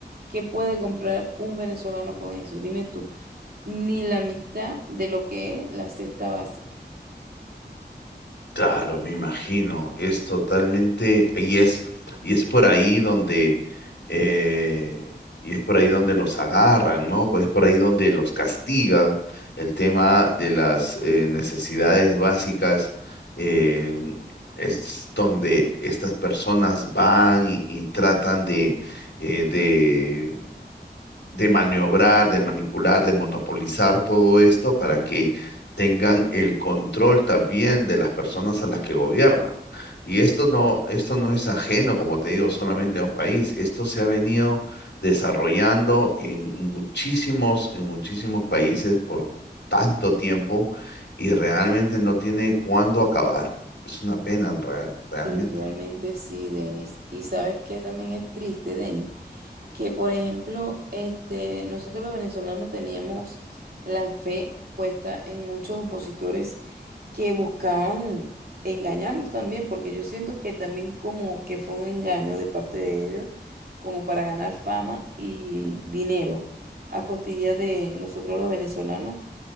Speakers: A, on the right; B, on the left.
A: ¿Qué puede comprar un venezolano con eso? Dime tú, ni la mitad de lo que es la cesta básica.
B: Claro, me imagino, es totalmente, y es, y es por ahí donde, eh, y es por ahí donde los agarran, ¿no? Pues es por ahí donde los castigan, el tema de las eh, necesidades básicas, eh, es donde estas personas van y, y tratan de, eh, de de maniobrar, de manipular, de monopolizar todo esto para que tengan el control también de las personas a las que gobiernan. Y esto no, esto no es ajeno, como te digo, solamente a un país. Esto se ha venido desarrollando en muchísimos, en muchísimos países por tanto tiempo y realmente no tiene cuándo acabar. Es una pena, en real- realmente.
A: Sí, realmente sí, Denis. Y sabes que también es triste, Denis, que por ejemplo, este, nosotros los venezolanos teníamos la fe puesta en muchos opositores que buscaban engañarnos también, porque yo siento que también como que fue un engaño de parte de ellos, como para ganar fama y dinero a costilla de nosotros los venezolanos,